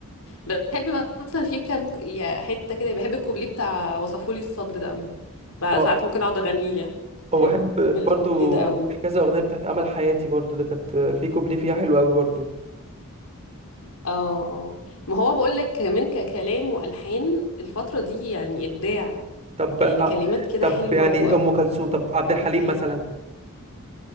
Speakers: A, on the left (about 75°); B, on the right (about 30°).
A: بحب مثلا في كام ك- يا حتة كده بحب الكوبليه بتاع وصفولي الصبر ده قوي بقى
B: آه.
A: ساعات ممكن اقعد اغنيه بحب
B: وبحب
A: الكوبليه
B: برضو
A: ده قوي
B: في كذا اغنيه بتاعت امل حياتي برضو ده كانت في كوبليه فيها حلو قوي برضو
A: اه اه ما هو بقول لك كمان ككلام والحان الفترة دي يعني ابداع
B: طب
A: يعني
B: آه،
A: كلمات كده
B: طب
A: حلوة
B: يعني
A: و...
B: ام كلثوم
A: آه،
B: طب
A: والحان
B: عبد الحليم مثلا